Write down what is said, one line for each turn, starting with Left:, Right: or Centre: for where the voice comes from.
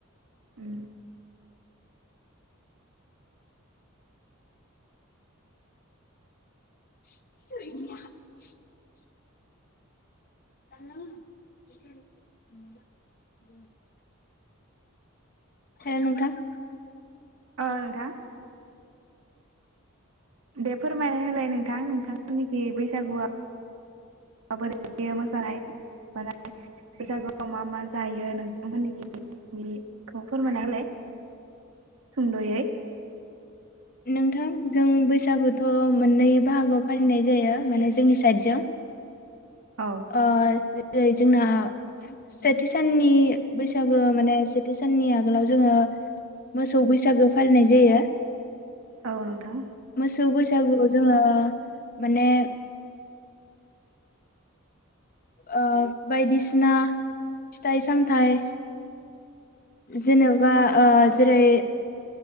Right: उम।
Left: <unintelligible> <inaudible> हेल नोंथां।
Right: औ नोंथां। दे फोरमायना होलाय नोंथां नोंथांमोननिखि बैसागुआव माबोरैयो मोसानाय माने बैसागुआव मा मा जायो नोंथांमोननिखि बेखौ फोरमायना होलाय सुंदयै।
Left: नोंथां जों बैसागुथ मोननै बाहागोआव फालिनाय जायो माने जोंनि साइडजों।
Right: औ
Left: ओ। जेरै जोंना सेथि साननि बैसागो माने सेथि साननि आगोलाव जोङो मोसौ बैसागो फालिनाय जायो।
Right: औ नोंथां
Left: मोसौ बैसागु जोङो माने ओ बायदिसिना फिथाइ सामथाइ जेनेबा ओ जेरै